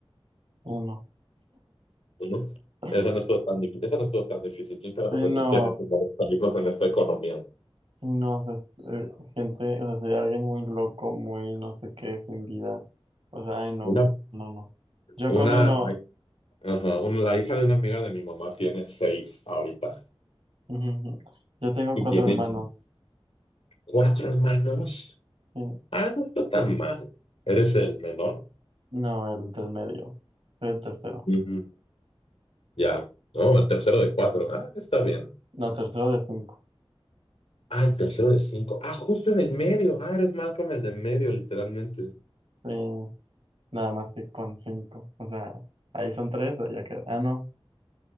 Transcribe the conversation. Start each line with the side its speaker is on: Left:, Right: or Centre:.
Right: uno.
Left: Uno.
Right: <gasps>
Left: Esa no estuvo tan, dif- esa no estuvo tan difícil. ¿Quién carajo
Right: sí
Left: tendría
Right: no
Left: que recomendar películas en esta economía?
Right: sí, no, o sea, es, eh, gente, o sea, sería alguien muy loco, muy no sé qué, sin vida. O sea, ay, no,
Left: Una,
Right: no, no. Yo
Left: una,
Right: con uno,
Left: ajá, una- la hija de una amiga de mi mamá tiene seis ahorita
Right: <laughs> yo tengo
Left: y
Right: cuatro
Left: tiene
Right: hermanos.
Left: cuatro hermanos.
Right: sí.
Left: Ah, no está tan mal. ¿Eres el menor?
Right: No, el del medio. Soy el tercero.
Left: Ujú, Ya, no, el tercero de cuatro. Ah, está bien.
Right: No, tercero de cinco.
Left: Ah, el tercero de cinco. Ah, justo en el medio. Ah, eres Malcolm el de en medio, literalmente.
Right: Sí, nada más que con cinco. O sea, ahí son tres, ya queda. Ah, no.